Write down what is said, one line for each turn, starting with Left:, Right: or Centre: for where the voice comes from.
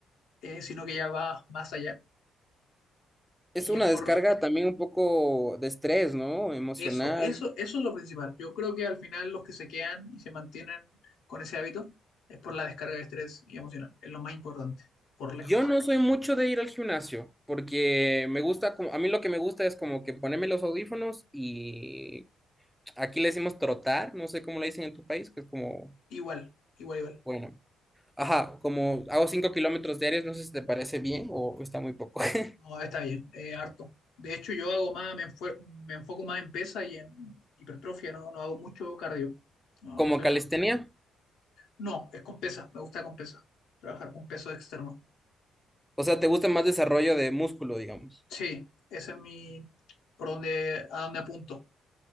Left: eh, sino que ya va más allá.
Centre: Es
Left: Y
Centre: una
Left: es por,
Centre: descarga también un poco de estrés, ¿no? Emocional.
Left: Eso, eso, eso es lo principal. Yo creo que al final los que se quedan y se mantienen con ese hábito es por la descarga de estrés y emocional. Es lo más importante, por
Centre: Yo
Left: lejos.
Centre: no soy mucho de ir al gimnasio, porque me gusta, como- a mí lo que me gusta es como que ponerme los audífonos y aquí le decimos trotar, no sé cómo le dicen en tu país, que es como,
Left: Igual, igual, igual.
Centre: bueno, ajá, como hago cinco kilómetros diarios, no sé si te parece bien o está muy poco, <laughs>
Left: No, está bien, eh, harto. De hecho, yo hago más, me, enfue- me enfoco más en pesa y en hipertrofia, no, no hago mucho cardio. No,
Centre: como
Left: no soy
Centre: calistenia.
Left: bueno. No, es con pesa, me gusta con pesa. Trabajar con peso externo.
Centre: O sea, te gusta más desarrollo de músculo, digamos.
Left: Sí, ese es mi, por donde, a donde apunto,